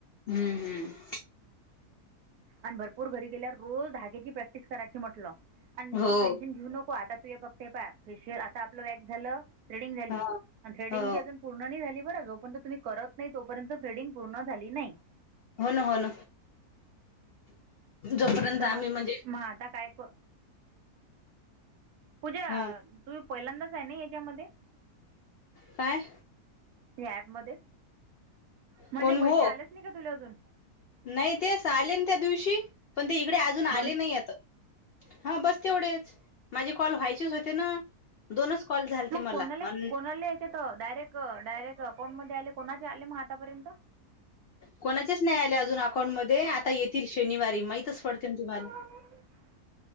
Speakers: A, on the left; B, on the right.
A: हम्म
B: आणि भरपूर घरी गेल्यावर रोज धाग्याची प्रॅक्टिस करायची म्हटलं. आणि
A: हो
B: तू टेन्शन घेऊ नको आता तू फक्त हे पाय प्रेशर आता आपलं वॅक झालं थ्रेडिंग झाली
A: हा
B: आणि थ्रेडिंग
A: हो
B: बी अजून पूर्ण नाही झाली बर जोपर्यंत तुम्ही करत नाही तोपर्यंत थ्रेडिंग पूर्ण झाली नाही.
A: होन होन. जोपर्यंत
B: तर मग
A: आम्ही म्हणजे
B: मग आता काय क पूजा
A: ह
B: तुमी पहिल्यांदाच आहे ना याच्यामध्ये?
A: काय?
B: ह ऍप म म्हणजे
A: कोण
B: पैसे
A: हो
B: आलेच नाही का तुला अजून?
A: नाही तेच आले त्या दिवशी पण ते इकडे अजून आले
B: दोनशे
A: नायियेत. हा बस तेवढेच. माझी कॉल व्हायचीच होते ना दोनच कॉल झालेते
B: मग कोणाला
A: मला अ
B: कोणाला डायरेक्ट डायरेक्ट अकाउंट मध्ये आले कोणाचे आले मग आतापर्यंत?
A: कोणाचेच नाही आले अजून अकाउंट मधे आता येतील शनिवारी माहितच पडतील तुम्हाला.
B: <unintelligible>